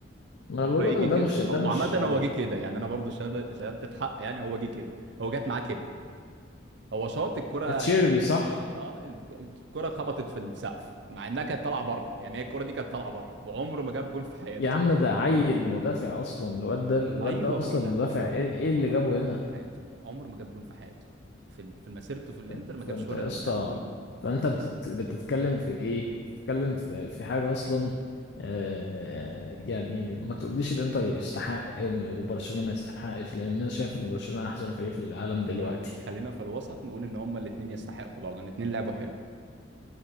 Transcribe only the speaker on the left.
ما انا
بقول
لك ده
مش ده
مش
يعني
اتشيربي صح
يا عم ده عيل مدافع اصلا الواد ده الواد
ده
اصلا
مدافع
ايه إيه اللي
جابه
هنا
فن-
فانت
يا
اسطى
فانت بتت بتتكلم في ايه بتتكلم في في حاجة اصلا آه، يعني ما تقوليش الانتر يستحق وم- وبرشلونة ما يستحقش لان انا شايف ان برشلونة احسن فريق في العالم دلوقتي